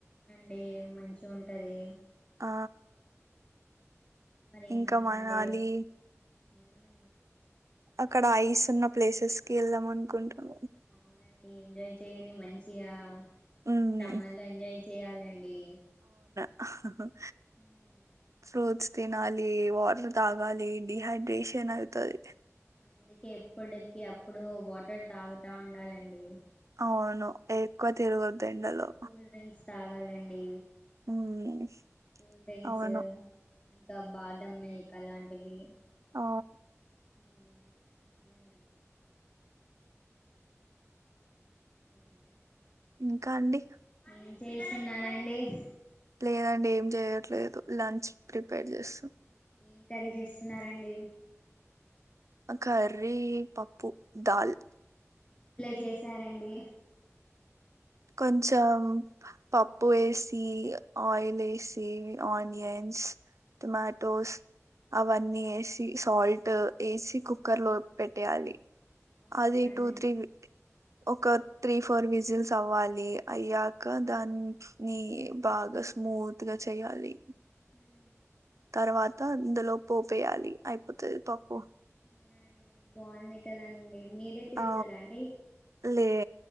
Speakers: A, on the left (about 25°); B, on the right (about 70°).
A: డి మంచిగా ఉంటది
B: ఆ
A: మరి ఏమైందండి
B: ఇంకా మనాలి
A: ఉమ్,
B: అక్కడ ఐస్ ఉన్న ప్లేసెస్ కి ఎల్దం అన్కుంట్ అ
A: అవునండి ఎంజాయ్ చెయ్యండి మంచిగా
B: ఉమ్
A: సమ్మర్ లో ఎంజాయ్ చేయాలండి
B: ఆహ
A: మ్మ్
B: ఫ్రూట్స్ తినాలి వాటర్ తగాలి డిహైడ్రేషన్ అయితది
A: అందుకే ఎప్పుడెక్ అప్ పుడో వాటర్ తాగుతా ఉండాలండి
B: అవును ఎక్కువ తిరగద్ ఎండలో
A: కూల్ డ్రింక్స్ తాగాలండి
B: ఉమ్
A: కూల్డ్రింక్సు
B: అవును
A: ఇంకా బాదం మిల్క్ అలాంటివి
B: ఆ
A: మ్మ్ మ్మ్ ఉమ్
B: ఇంకా అండి
A: ఏం చేస్తున్నారండి హ
B: లేదండి ఏం చెయట్లేదు లంచ్ ప్రిపేర్ చేస్తాం
A: ఏం కర్రీ చేస్తున్నారండి
B: ఆ కర్రీ పప్పు దాల్
A: జేసారండి
B: కొంచం పప్పు వేసి ఆయిల్ వేసి ఆనియన్స్ టొమాటోస్ అవన్నీ ఎసి సాల్ట్ ఎసి కుక్కర్ లో పెట్టేయాలి
A: అవునా
B: అది
A: అండి
B: టూ త్రీ ఒక త్రీ ఫోర్ విజిల్స్ అవ్వాలి అయ్యాక దాన్ని బాగా స్మూత్గా చెయ్యాలి
A: మ్మ్
B: తర్వాత ఇందులో పోపేయాలి అయిపోతది పప్పు
A: అవునండి బాగుంది కదండి మీరే చేస్తారా
B: ఆ
A: అండి
B: లే